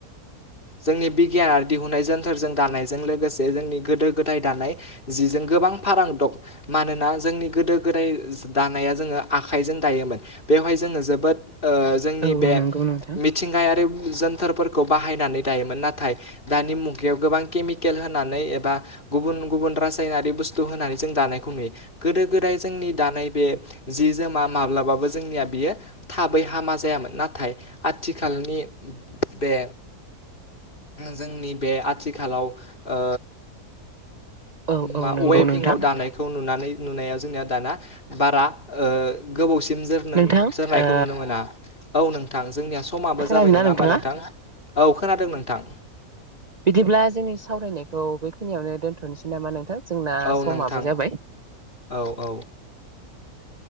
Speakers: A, on the left; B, on the right.
A: जोंनि बिगियान आरो दिहुनाय जोनथोरजों दानायजों लोगोसे जोंनि गोदो गोदाय दानाय जिजों गोबां फारां दं मानोना जोंनि गोदो- गोदाय दानाया जोङो आखाइजों दायोमोन बेवहाय जों जोङो जोबोद ओ जोंनि
B: औ
A: बे
B: औ नंगौ नोंथां
A: मिथिंगायारि जोनथार बाहायनानै दायोमोन नाथाय दानि मुगायाव गोबां केमिकेल होनानै एबा गुबुन गुबुन रासायनारि बुस्तु होनानै जों दानायखौ नुयो गोदो - गोदाय जोंनि दानाय बे जि जोमा माब ब्लाबो जोंनिया बियो थाबै हामा जायामोन ना नाथाय आथिखालनि बे जोंनि बे आथिखालाव ओ
B: औ औ
A: मा
B: नंगौ
A: वेभिंवाव
B: नोंथां
A: दानायखौ नुनानै नुनाया जोंनिया दाना बारा ओ गोबावसि सिम जोरनो-जोरनायखौ
B: नोंथां ओ
A: नुनो मोना औ नोंथां जोंनिया समाबो
B: खोनादोंना
A: जाबाय नङा
B: नोंथाङा
A: होमबा नोंथां औ खोनादों नोंथां
B: बिदिब्ला जोंनि सावरायनायखौ बेखिनियावनो दोन्थनोसै नामा नोंथां जोंना
A: औ
B: समाबो
A: नोंथां
B: जाबाय
A: औ - औ